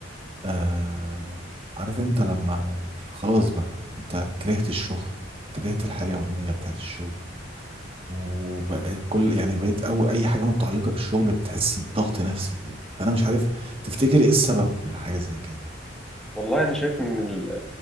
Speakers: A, on the right; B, in the centre.
A: آه عارف انت لما خلاص بقى انت كرهت الشغل وكرهت الحياة اليومية بتاعت الشغل وبقيت كل يعني بقيت او اي حاجة متعلقة بالشغل بتحس بضغط نفسي كده فانا مش عارف تفتكر ايه السبب لحاجة زي كده
B: والله أنا شايف إن ال-